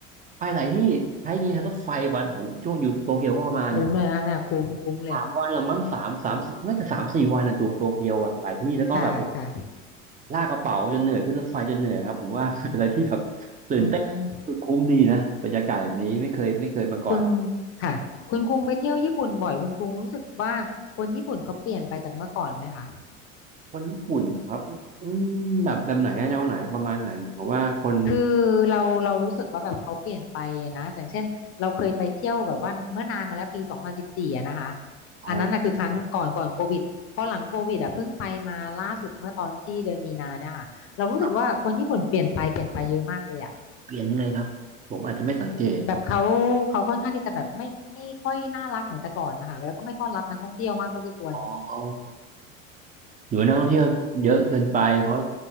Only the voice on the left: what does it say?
คุ้มเลยนะคะเนี่ยคุ้มคุ้มเลย
ค่ะค่ะ
อืมคุณค่ะคุณคุงไปเที่ยวญี่ปุ่นบ่อยคุณคุงรู้สึกว่าคนญี่ปุ่นเขาเปลี่ยนไปจากเมื่อก่อนไหมคะ
คือเราเรารู้สึกว่าแบบเขาเปลี่ยนไปอะนะอย่างเช่นเราเคยไปเที่ยวแบบว่าเมื่อนานมาแล้วปีสองพันสิบสี่อะนะคะ
อันนั้นนะคือครั้งก่อนก่อนโควิดพอหลังโควิดอะเพิ่งไปมาล่าสุดเมื่อตอนที่เดือนมีนาเนี่ยค่ะเรารู้สึกว่าคนญี่ปุ่นเปลี่ยนไปเปลี่ยนไปเยอะมากเลยอะ
แบบเขาเขาค่อนข้างที่จะแบบไม่ไม่ค่อยน่ารักเหมือนแต่ก่อนนะคะแล้วก็ไม่ต้อนรับนักท่องเที่ยวมากเท่าที่ควร